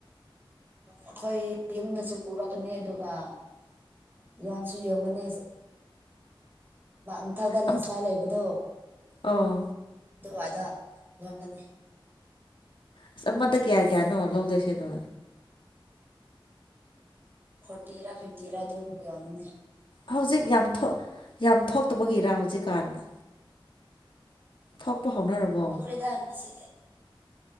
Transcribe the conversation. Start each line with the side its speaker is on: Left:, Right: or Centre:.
Right: ꯑꯩꯈꯣꯏ ꯌꯨꯝꯗꯁꯨ ꯄꯨꯔꯛꯀꯅꯤ ꯑꯗꯨꯒ ꯌꯣꯟꯁꯨ ꯌꯣꯟꯒꯅꯤ ꯎ ꯊꯗ ꯂꯦꯟꯁꯂꯥꯏ
Left: ꯑꯝ
Right: ꯂꯩꯕꯗꯣ
Left: ꯑꯧ
Right: ꯑꯗꯨꯋꯥꯏꯗ ꯌꯒꯅꯤ
Left: ꯑꯁ ꯑꯃꯗ ꯀꯌꯥ ꯀꯌꯥꯅꯣ ꯂꯧꯗꯣꯏꯁꯅꯣ
Right: ꯐꯣꯔꯇꯤꯔꯥ ꯐꯤꯐꯇꯤꯔ ꯑꯗꯨꯝ ꯌꯥꯎꯅꯤꯅꯦ
Left: ꯍꯧꯖꯤꯛ ꯌꯥꯝ ꯌꯥꯝ ꯊꯣꯛꯇꯕꯒꯤꯔ ꯍꯧꯖꯤꯛꯀꯥꯟꯗ ꯊꯣꯛꯄ ꯍꯧꯅꯔꯕꯣ
Right: <unintelligible>